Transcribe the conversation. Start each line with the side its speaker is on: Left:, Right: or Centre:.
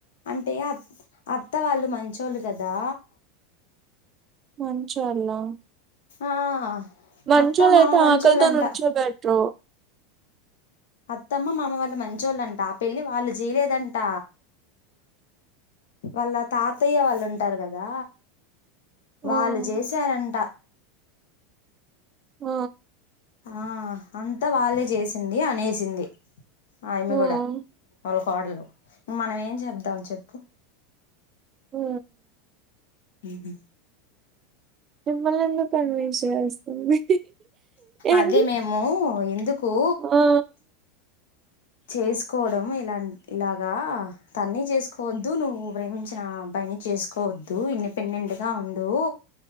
Left: అంటే అ అత్త వాళ్ళు మంచోళ్ళు కదా
Right: మంచోళ్ళ
Left: ఆ
Right: మంచోళ్ళు
Left: అత్తా మామ
Right: అయితే
Left: మంచొళ్ళంట
Right: ఆకలితో నుంచోబెట్రు
Left: అత్తమ్మ మామ వాళ్ళు మంచిల్లోంట ఆ పెళ్లి వాళ్ళు చేయలేదంట. వాళ్ళ తాతయ్య వాళ్ళు ఉంటారు కదా
Right: హ్మ్
Left: వాళ్ళు చేసారంట.
Right: ఓ
Left: ఆ అంతా వాళ్ళే చేసింది అనేసింది ఆమ్మే
Right: హ్మ్
Left: కూడా వాళ్ళక్ కోడలు ఇంక మనం ఏం చెప్దాం చెప్పు
Right: ఊ
Left: ఉహు
Right: మిమ్మల్ని ఎందుకు కన్విన్స్ చేస్తంది ఎన్
Left: అదే మేము ఎందుకు
Right: ఆ
Left: చేసుకోవడం ఇలా ఇలాగా తన్ని చేసుకోవద్దు నువ్వు ప్రేమించిన అబ్బాయిని చేసుకోవద్దు ఇండిపెండెంట్గా ఉండు